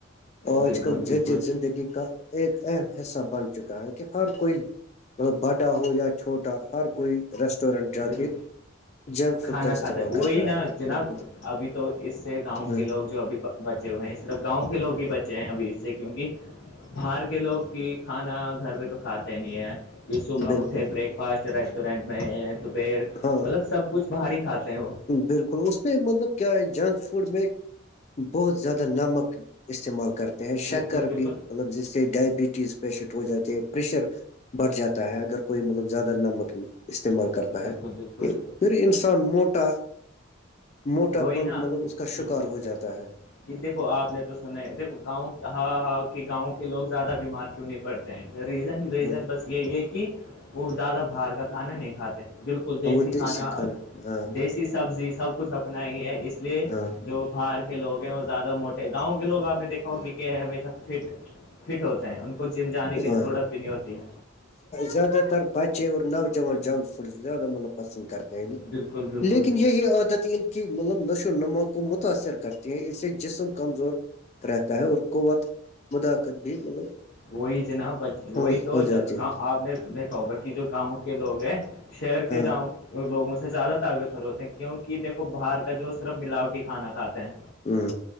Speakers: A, on the left; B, on the left.
A: بالکل
B: آج کل
A: بالکل
B: جدید زندگی کا ایک اہم حصہ بن چکا ہے کہ ہر کوئی باڈا ہو یا چھوٹا ہر کوئی ریسٹورینٹ جا
A: بالکل
B: کے جنک
A: کھانا
B: فوڈ کا استعمال
A: کھاتے ہیں
B: کرتا
A: وہی نا
B: ہے
A: جناب
B: بالکل
A: ابھی تو اس سے گاؤں
B: ہاں
A: کے لوگ جو اب بچے ہوئے ہیں صرف گاؤں کے لوگ ہی بچے ہیں ابھی اس سے کیونکہ باہر کے لوگ کی کھانا گھر پہ تو کھاتے نہیں ہے کہ صبح
B: بالکل
A: اٹھے بریک فاسٹ ریسٹورینٹ میں دوپہر
B: ہاں
A: مطلب سب کچھ باہر ہی کھاتے ہیں وہ
B: بالکل اس میں مطلب کیا جنک فوڈ میں بہت زیادہ نمک استعمال کرتے ہیں
A: بالکل
B: شکر
A: بالکل
B: بھی مطلب جیسے ڈائبٹیز پیشنٹ ہو جاتے پریشر بڑھ جاتا ہے اگر کوئی مطلب زیادہ ن مت استعمال کرتا
A: بالکل
B: ہے
A: بالکل
B: کہ پھر انسان موٹ ٹا موٹا
A: وہی
B: پنگ
A: نا
B: مطلب اس کا
A: بالکل
B: شکار ہو جاتا ہے
A: کہ دیکھو آپ نے تو سنا ہے دیکو گاؤں ہاں ہاں کہ گاؤں کے لوگ زیادہ بیمار کیوں نہیں پڑتے ہیں ریزن ریزن
B: ہاں
A: بس یہ یہ کہ وہ زیادہ باہر کا کھانا نہیں کھاتے بالکل دیسی
B: ہاں وہ
A: کھانا
B: کھانا ہاں
A: دی ایسی سبزی سب کچھ اپناائی ہے اس لیے
B: ہاں
A: جو باہر کے لوگ ہیں وہ زیادہ موٹے گاؤں کے لوگ آپ نے دیکھا ہو کہ کہ ہے ہمیشہ فٹ فٹ ہوتے ہیں ان کو جم جانے کی
B: ہاں
A: ضرورت بھی نہیں ہوتی ہے
B: زیادہ تر بچے اور نوجان جنک فوڈ زیادہ مطلب پسند کرتے ہیں
A: بالکل بالکل
B: لیکن یہی عادت کی مطلب نشو و نما کو متاثر کرتے ہیں اسے جسم کمزور رہتا ہے اور قوت مداخت بھی مطلب
A: وہی جناب وہی
B: ہاں
A: تو
B: ہو جاتی ہے
A: گاؤں آپ نے دیکھا ہوگا کہ جو گاؤں کے لوگ ہیں شہر کے
B: ہاں
A: جاؤں لوگوں سے زیادہ طاقت تے ہیں کیوںک دھو باہر کا جو صرف ملاوٹی کھانا کھاتے ہیں
B: ہوں